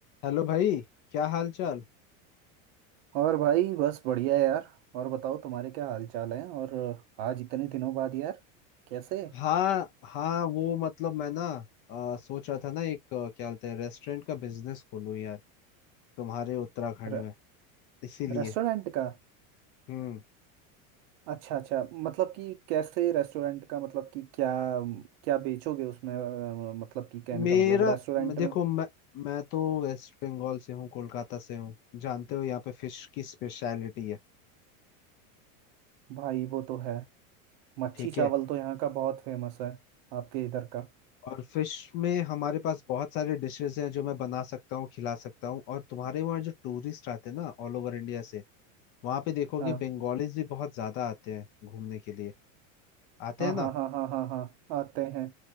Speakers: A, on the left; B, on the right.
A: Hello भाई क्या हाल चाल
B: और भाई बस बढ़िया यार और बताओ तुम्हारे क्या हाल चाल है और आज इतने दिनों बाद यार कैसे
A: हाँ हाँ वो मतलब मैं ना अ, सोच रहा था ना एक अ, क्या बोलते हैं रेस्टोरेंट का बिजनेस खोलूं यार तुम्हारे उत्तराखंड
B: र,
A: में इसीलिए
B: रेस्टोरेंट का
A: हम्म
B: अच्छा अच्छा मतलब कि कैसे रेस्टोरेंट का मतलब कि क्या क्या बेचोगे उसमें अ, मतलब कि कहने
A: मेरा
B: का मतलब रेस्टोरेंट
A: म-
B: में
A: देखो मैं मैं तो वेस्ट बंगाल से हूँ कोलकाता से हूँ जानते हो यहाँ पे फिश की स्पेशलिटी है
B: भाई वो तो है मच्छी
A: ठीक
B: चावल
A: है
B: तो यहाँ का बहुत फेमस है आपके इधर का
A: और फिश में हमारे पास बहुत सारे डिशेस हैं जो मैं बना सकता हूँ खिला सकता हूँ और तुम्हारे वहाँ जो टूरिस्ट आते हैं ना ऑल ओवर इंडिया से वहाँ पे देखोगे
B: हाँ
A: बंगालीज भी बहुत ज्यादा आते हैं घूमने के लिए आते
B: हाँ
A: हैं ना
B: हाँ हाँ हाँ हाँ हाँ आते हैं